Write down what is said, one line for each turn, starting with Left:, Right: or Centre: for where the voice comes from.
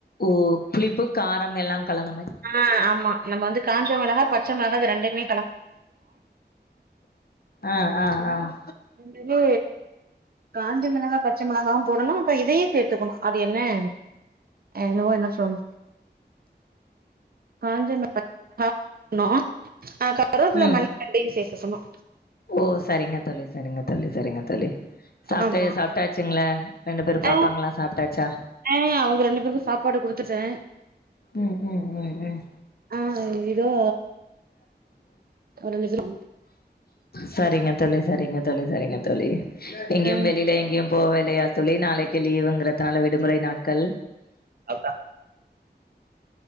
Left: ஓ புளிப்பு காரம் எல்லாம் கலந்த மாரி
Right: ஆஹ் ஆமா நம்ம வந்து காஞ்சமிளகா பச் மிளகா இது ரெண்டு மே
Left: ஆஹ் ஆஹ் ஆஹ்
Right: திரி காஞ்ச மிளகா பச்ச மிளகாம போடணும் அப்ப இதையே சேர்த்துக்கணும் அது என்ன என்னவோ என்ன சொல் காஞ்சம் பச்ச மிளகா போட்டுக்கணும் ஆஹ் கருப்வ புள்ள
Left: ம்
Right: மல்லி ரெண்டையும் சேர்த்துக்கணும்
Left: ஓ சரிங்க தோழி சரிங்க தோழி சரிங்க தோழி சாப்பிட்ட
Right: ஆமா
Left: சாப்பிட்டாச்சுங்கள ரெண்டு பேரும்
Right: ஆ
Left: பாப்பாங்களாம் சாப்ட்டாச்சா
Right: ஆ அவங்க ரெண்டு பேருக்கு சாப்பாடு குடுத்துட்டே
Left: உம் உம் உம் உம்
Right: ஆ இதோ ரெண்டு பேரு
Left: சரிங்க தோழி சரிங்க தோழி சரிங்க தோழி எங்கேயும்
Right: ஆ
Left: வெளியில எங்கேயும் போவில்லயா தோழி நாளைக்கு வெள்ளியவுங்கிறதால விடுமுறை நாட்கள்
Right: அதா